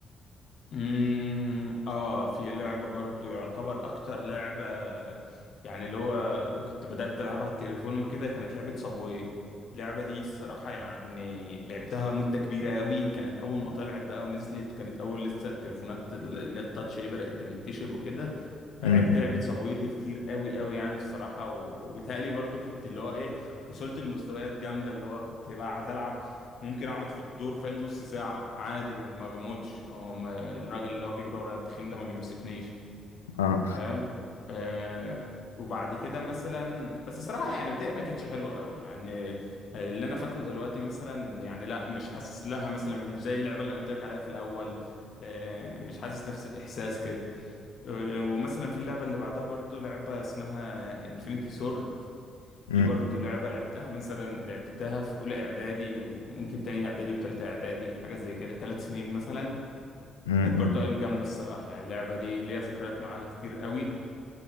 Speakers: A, on the left (about 55°); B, on the left (about 85°).
A: امم اه في لعبة برضو يعتبر اكتر لعبة يعني اللي هو كنت بدأت العبها على التليفون وكده كانت لعبة صابواي اللعبة دي الصراحة يعني لعبتها مدة كبيرة قوي كانت اول ما طلعت بقى ونزلت وكانت اول لسه التليفونات اللي هي التاتش دي بدأت تنتشر وكده فلعبت
B: امم
A: لعبة صابوي دي كتير قوي قوي يعني الصراحة و- وبالتالي برضو كنت اللي هو ايه وصلت لمستويات جامدة اللي هو كنت بقعد ألعب ممكن أقعد في الدور فاهم نص ساعة عادي وما بموتش أو ما الراجل اللي هو بيجري ورايا التخين ده ما بيمسكنيش
B: اه
A: فاهم آه وبعد كده مثلا بس الصراحة يعني بتاعي ما كانتش حلوة قوي يعني آه، اللي أنا فاكره دلوقتي مثلا يعني لا مش حاسس لها مثلا مش زي اللعبة اللي قلت لك عليها في الأول آه، مش حاسس نفس الإحساس كده آه، ومثلا في اللعبة اللي بعدها برضو لعبة اسمها انفينيتي سورد
B: امم
A: دي برضو لعبة لعبتها مثلا لعبتها في أولى إعدادي وممكن تانية إعدادي وتالتة إعدادي حاجة زي كده ثلاث سنين مثلا
B: امم
A: كانت برضو أيام جامدة الصراحة يعني اللعبة دي ليها ذكريات معاها كتير قوي